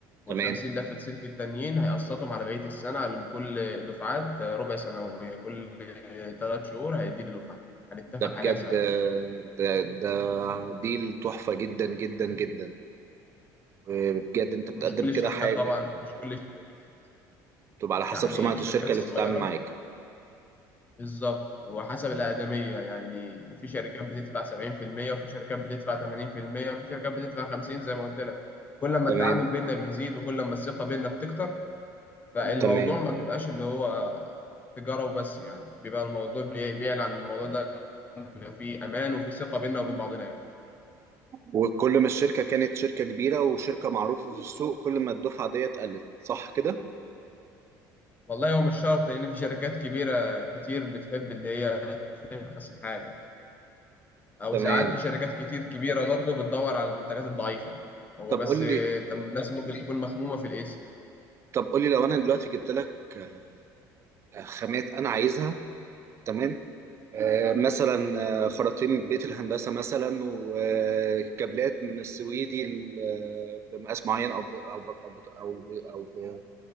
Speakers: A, on the right; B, on the left.
A: تمام
B: والخمسين لفة سلك التانيين هيقسطهم على بقية السنة على كل دفعات ربع سنوية كل تلات شهور هيديني دفعة هنتفق
A: ده
B: عليها
A: بجد
B: ساعتها
A: آه، ده ده ديل تحفة جدا جدا جدا وبجد انت بتقدم
B: ومش كل
A: كده
B: الشركات
A: حاجة
B: طبعا مش كل الشركات
A: تبقى على حسب
B: يعني
A: سمعة
B: الشركات
A: الشركة اللي
B: الصغيرة
A: بتتعامل معاك
B: بالظبط وحسب الأقدمية يعني في شركات بتدفع 70% وفي شركات بتدفع 80% وفي شركات بتدفع 50 زي ما قلت لك كل ما
A: تمام
B: التعامل بيننا بيزيد وكل ما الثقة بيننا بتكتر فالموضوع
A: تمام
B: ما بيبقاش اللي هو تجارة وبس يعني بيبقى الموضوع بي- بيعلى عن الموضوع ده بيبقى فيه أمان وفي ثقة بيننا وبين بعضنا يعني
A: وكل ما الشركة كانت شركة كبيرة وشركة معروفة في السوق كل ما الدفعة ديت قلت صح كده؟
B: والله هو مش شرط لأن في شركات كبيرة كتير بتحب اللي هي ترخص الحاجة او
A: تمام
B: ساعات في شركات كتير كبيره برضه بتدور على المنتجات الضعيفه هو
A: طب
B: بس
A: قول
B: آه،
A: لي
B: تم- الناس ممكن تكون مخمومه في الاسم
A: طب قول لي لو أنا دلوقتي جبت لك آه، خامات أنا عايزها تمام آه مثلا آه، خراطيم من بيت الهندسة مثلا وكابلات من السويدي ل- آه، بمقاس معين أو ب- أو ب- أو ب- أو ب- أو ب-